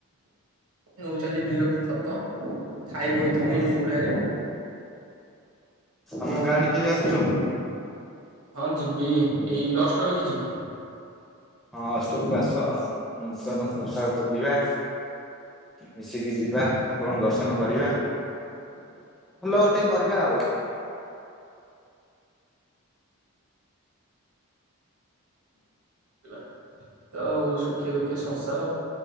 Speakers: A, on the right (about 70°); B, in the centre.
A: ନଉଚନ୍ତି ବିଲକୁ ଖତ ଖାଇ ବହିଥିଲି
B: ଆଉ
A: ହୁଡାରେ।
B: ଆମ ଗାଁରେ ଆଡ଼େ କେବେ ଆସୁଚ।
A: ହଁ ଯିବି ଏଇ ଅଷ୍ଟମୀ କି ଯିବି।
B: ହଁ ଅଷ୍ଟମୀ କୁ ଆସ ନୂତନ ପୋଷାକ ପିନ୍ଧିବା। ମିଶିକି ଯିବା
A: ହୁଁ
B: ଠାକୁରଙ୍କ ଦର୍ଶନ କରିବା।
A: ହ
B: ଫୁଲ ଗୋଟେ କରିବା ଆଉ।
A: ଇବା ତ ଆଉ ସୁଖେ ଦୁଃଖଆ ସଂସାର।